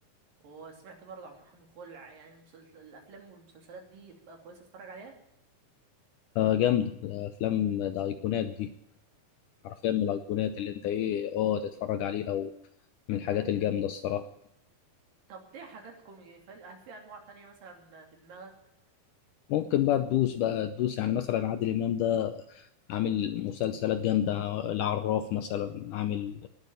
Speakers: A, on the right; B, on the left.
A: وسمعت برضه عن محامي خلع يعني المسلسل... الافلام والمسلسلات دي تبقى كويسه اتفرج عليها
B: آه جامد الأفلام ده أيقونات دي حرفيا من الايقونات اللي انت ايه اه تتفرج عليها ومن الحاجات الجامده الصراحه
A: طب دي حاجات كوميدي فهل- هل في انواع تانية مثلا في دماغك
B: ممكن بقى تدوس بقى تدوس يعني مثلا عادل امام ده عامل مسلسلات جامده العراف مثلا عامل